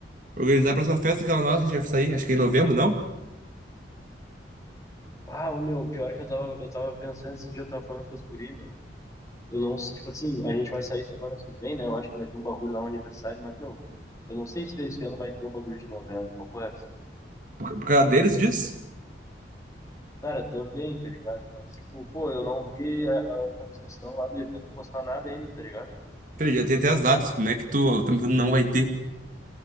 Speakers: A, on the right (about 45°); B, on the left (about 15°).
A: organizar a próxima festa, aquela nossa que a gente vai sair, acho que é em novembro, não?
B: Ah, ô, meu, pior que eu tava, eu tava pensando esse dia, eu tava falando com os guri, meu. Eu não, tipo assim, a gente vai sair semana que vem, né? Eu acho que vai ter um bagulho lá, um aniversário, mas, meu, eu não sei se esse ano vai ter o bagulho de novembro, papo reto.
A: Por, por causa deles, diz?
B: Cara, também, tá ligado? Mas, tipo, pô, eu não vi a, a organização lá do evento postar nada ainda, tá ligado?
A: Perdi, já tem até as datas. Como é que tu, tu me falando não vai ter?